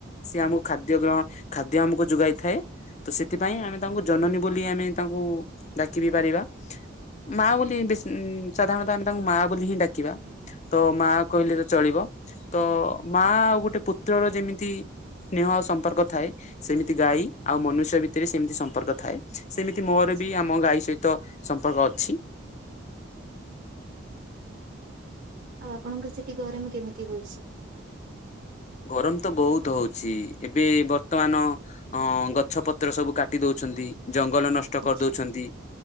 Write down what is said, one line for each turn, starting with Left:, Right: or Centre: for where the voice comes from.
Left: ସିଏ ଆମକୁ ଖାଦ୍ୟ ଗ୍ରହ ଖାଦ୍ୟ ଆମକୁ ଯୋଗାଇ ଥାଏ। ତ ସେଥିପାଇଁ ଆମେ ତାଙ୍କୁ ଜନନୀ ବୋଲି ଆମେ ତାଙ୍କୁ ଡାକିବି ପାରିବା। ମା ବୋଲି ବେସ ସାଧାରଣତଃ ଆମେ ତାଙ୍କୁ ମାଆ ବୋଲି ହିଁ ଡାକିବା। ତ ମା କହିଲେ ତ ଚଳିବ ତ ମା ଆଉ ଗୋଟେ ପୁତ୍ରର ଯେମିତି ସ୍ନେହ ଆଉ ସମ୍ପର୍କ ଥାଏ ସେମିତି ଗାଈ ଆଉ ମନୁଷ୍ୟ ଭିତରେ ସେମିତି ସମ୍ପର୍କ ଥାଏ। ସେମିତି ମୋର
Right: ଆଚ୍ଛା
Left: ବି ଆମ ଗାଈ ସହିତ ସମ୍ପର୍କ ଅଛି।
Right: ଆପଣଙ୍କ ସେଠି ଗରମ କେମିତି ହଉଛି?
Left: ଗରମ ତ ବହୁତୁ ହଉଛି ଏବେ ବର୍ତ୍ତମାନ ଅ ଗଛ ପତ୍ର ସବୁ କାଟି ଦଉଛନ୍ତି ଜଙ୍ଗଲ ନଷ୍ଟ
Right: ଆଚ୍ଛା
Left: କରିଦଉଛନ୍ତି